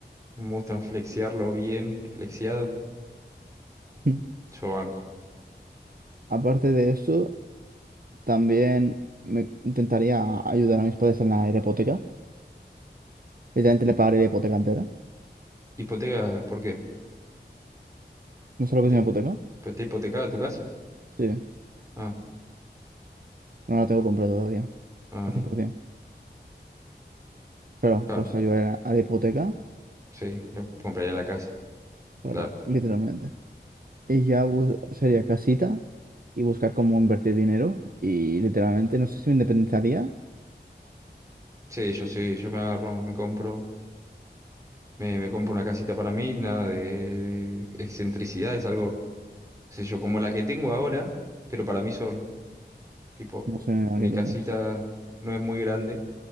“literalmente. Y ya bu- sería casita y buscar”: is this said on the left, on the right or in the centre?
Right